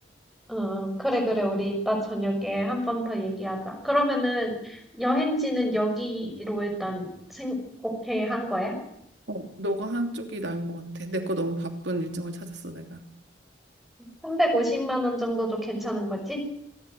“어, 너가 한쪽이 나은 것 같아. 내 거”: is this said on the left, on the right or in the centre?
Right